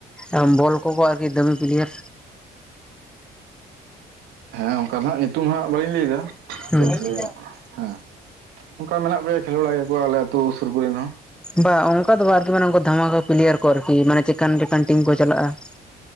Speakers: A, in the centre; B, on the right.
A: ᱟᱢ ᱵᱚᱞ ᱠᱚᱠᱚ ᱟᱨᱠᱤ ᱫᱟᱹᱟᱢᱤ ᱯᱞᱭᱟᱹᱨ
B: ᱦᱮᱸ ᱚᱱᱠᱟ ᱱᱟᱜ ᱧᱩᱛᱩᱢ ᱦᱟᱸᱜ ᱵᱟᱹᱞᱤᱧ ᱞᱟᱹᱭᱫᱟ᱾
A: ᱦᱮᱸ
B: ᱪᱮᱫᱟᱜ ᱥᱮ ᱦᱮᱸ, ᱚᱱᱠᱟ ᱢᱮᱱᱟᱜ ᱠᱚ ᱜᱮᱭᱟ ᱠᱷᱮᱞ ᱵᱟᱲᱟᱭ ᱜᱮᱭᱟ ᱠᱚ ᱟᱞᱮ ᱟᱹᱛᱩ ᱥᱩᱨ ᱠᱚᱨᱮᱱ ᱦᱚᱸ
A: ᱵᱟ ᱚᱱᱠᱟ ᱫᱚ ᱵᱟ ᱟᱨᱠᱤ ᱢᱟᱱᱮ ᱚᱱᱠᱚ ᱫᱷᱟᱢᱟᱠᱟ ᱯᱞᱮᱭᱟᱨ ᱠᱚ ᱟᱨᱠᱤ ᱢᱟᱱᱮ ᱪᱤᱠᱟᱱ ᱴᱤᱠᱟᱱ ᱴᱤᱢ ᱠᱚ ᱪᱟᱞᱟᱜᱼᱟ᱾ <inaudible>